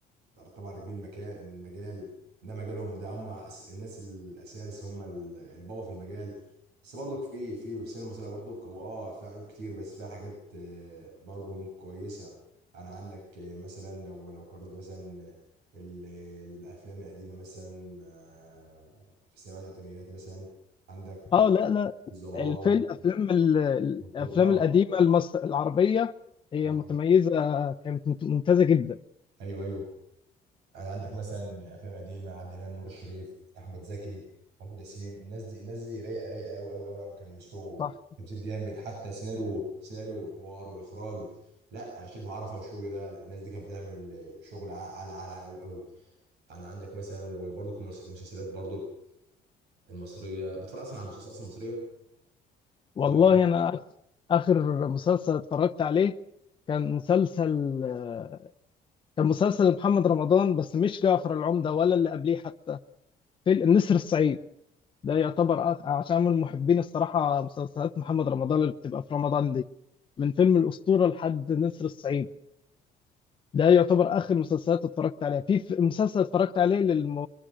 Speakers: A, on the right; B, on the left.
A: آه، طبعا راكبين المكان المجال ده مجالهم ده هم أس- الناس الاساس هم ال- البابا في المجال بس برضك في في في السينما المصريه برضك هو اه فيها عيوب كتير بس فيها حاجات آه، برضه كويسه انا عندك آه، مثلا لو لو قارنت مثلا آه، ال- الافلام القديمه مثلا آه، في السبعينات والثمانينات مثلا عندك
B: اه لا لا
A: الظلام
B: الفيلم الافلام ال- الافلام
A: اه آه.
B: القديمه المصر العربيه هي
A: آه.
B: متميزه كانت مت- ممتازه جدا
A: ايوه ايوه يعني عندك مثلا افلام قديمه عادل امام نور الشريف احمد زكي محمود ياسين الناس دي الناس دي رايقه رايقه قوي قوي قوي قوي، كان مسرو
B: صح
A: تمثيل جامد حتى سيناريو سيناريو وحوار واخراج لا شريف عرفه والشغل ده لا الناس دي كانت بتعمل شغل على على على قوي قوي يعني عندك مثلا وبرضك المس- المسلسلات برضك المصريه بتتفرج اصلا على المسلسلات اصلا المصريه بتتفرج
B: والله
A: في دي
B: انا اخر مسلسل اتفرجت عليه كان مسلسل آه، كان مسلسل محمد رمضان بس مش جعفر العمدة ولا اللي قبليه حتى في النسر الصعيد ده يعتبر أ- عشان من محبين الصراحة مسلسلات محمد رمضان اللي بتبقى في رمضان دي من فيلم الأسطورة لحد نسر الصعيد ده يعتبر آخر مسلسلات اتفرجت عليها في ف- مسلسل اتفرجت عليه للم...